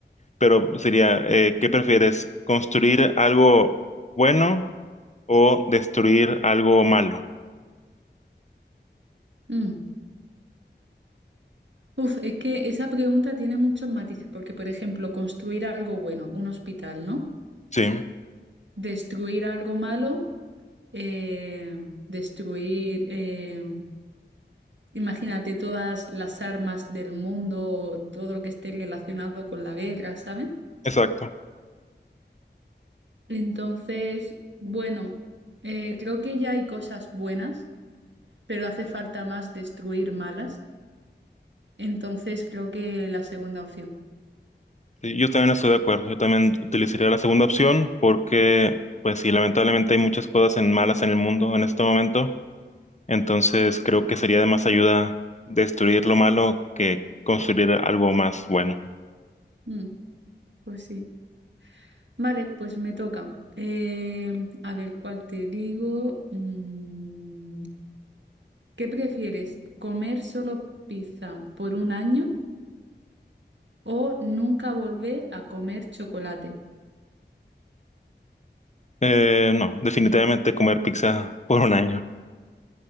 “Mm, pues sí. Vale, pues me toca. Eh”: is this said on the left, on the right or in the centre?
Right